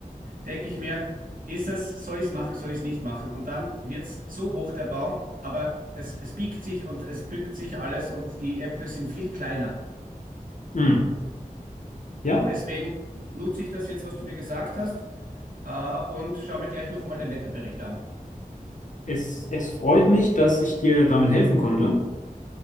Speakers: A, on the right; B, on the left.
A: denke ich mir, ist es, soll ich es machen, soll ich es nicht machen? Und dann wird es so hoch, der Baum, aber es, es biegt sich und es bückt sich alles und die Äpfel sind viel kleiner.
B: Hm. Ja,
A: Deswegen nutze ich das jetzt, was du mir gesagt hast, äh, und schaue mir gleich noch einmal den Wetterbericht an.
B: es, es freut mich, dass ich dir damit helfen konnte.